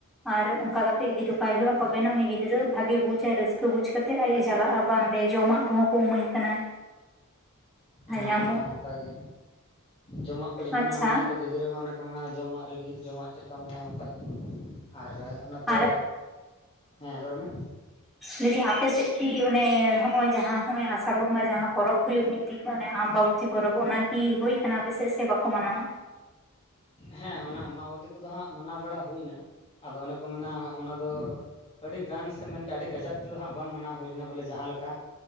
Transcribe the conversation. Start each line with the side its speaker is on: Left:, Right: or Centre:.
Centre: ᱟᱨ ᱚᱱᱠᱟ ᱠᱟᱛᱮ ᱤᱫᱤ ᱦᱚᱴᱚ ᱞᱠᱟᱭ ᱦᱳᱭᱳᱜᱼᱟ ᱛᱚᱵᱮᱱᱟᱜ ᱩᱱᱤ ᱜᱤᱫᱽᱨᱟᱹ ᱵᱷᱟᱜᱮ ᱵᱩᱡ ᱟᱭ ᱨᱟᱹᱥᱠᱟᱹ ᱵᱩᱡ ᱠᱟᱛᱮ ᱠᱟᱛᱮᱫ ᱟᱡ ᱮ ᱪᱟᱞᱟᱜᱼᱟ ᱵᱟᱝ ᱡᱚᱢᱟᱜ ᱠᱚᱦᱚᱸ ᱠᱚ ᱤᱢᱟᱹᱧ ᱠᱟᱱᱟ
Left: ᱦᱮᱸ
Centre: ᱧᱟᱢᱚᱜ
Left: ᱚᱱᱠᱟᱜᱮ ᱡᱚᱢᱟᱜ ᱠᱚ ᱡᱚᱠᱷᱚᱱᱮᱢ
Centre: ᱟᱪᱪᱷᱟ
Left: ᱮᱢᱟᱭᱟ ᱛᱚ ᱜᱤᱫ ᱜᱤᱫᱽᱨᱟᱹ ᱢᱟ ᱚᱱᱮ ᱠᱚ ᱢᱮᱱᱟᱜᱼᱟ ᱡᱚᱢᱟᱜ ᱨᱮᱜᱮ ᱡᱚᱢᱟᱜ ᱪᱮᱫ ᱞᱮᱠᱟᱢ ᱢᱮᱭᱟ ᱚᱱᱠᱟᱜᱮ ᱟᱨ ᱚᱱᱟᱛᱮ
Centre: ᱟᱨ
Left: ᱦᱮᱸ ᱨᱚᱲᱢᱮ
Centre: ᱞᱟᱹᱭᱫᱤ ᱟᱯᱮᱥᱮᱫ ᱠᱤ ᱚᱱᱮ ᱦᱚᱸᱜᱼᱚᱭ ᱡᱟᱦᱟᱸ ᱦᱚᱸᱜᱼᱚᱭ ᱟᱥᱟᱲ ᱵᱚᱸᱜᱟ ᱡᱟᱦᱟᱸ ᱯᱚᱨᱚᱵᱽ ᱦᱩᱭᱩᱜ ᱢᱤᱫᱴᱤᱡ ᱚᱱᱮ ᱟᱢᱵᱟᱵᱩᱛᱤ ᱯᱚᱨ ᱚᱱᱟᱠᱤ ᱦᱩᱭ ᱟᱠᱟᱱᱟ ᱟᱯᱮ ᱥᱮᱫ ᱥᱮ ᱵᱟᱠᱚ ᱢᱟᱱᱟᱣᱟ?
Left: ᱦᱮᱸ ᱚᱱᱟ ᱟᱢᱟᱵᱛᱤ ᱠᱚᱫᱚ ᱦᱟᱸᱜ ᱢᱟᱱᱟᱣ ᱵᱟᱲᱟ ᱦᱩᱭᱱᱟ ᱟᱫᱚ ᱚᱱᱮ ᱠᱚ ᱢᱮᱱᱟ ᱚᱱᱟ ᱫᱚ ᱟᱹᱰᱤ ᱜᱟᱱ ᱥᱮ ᱢᱮᱱᱠᱟ ᱟᱹᱰᱤ ᱠᱟᱡᱟᱠ ᱛᱮᱫᱚ ᱦᱟᱸᱜ ᱵᱟᱝ ᱢᱟᱱᱟᱣ ᱦᱩᱭ ᱞᱮᱱᱟ ᱵᱚᱞᱮ ᱡᱟᱦᱟᱸ ᱞᱮᱠᱟ ᱾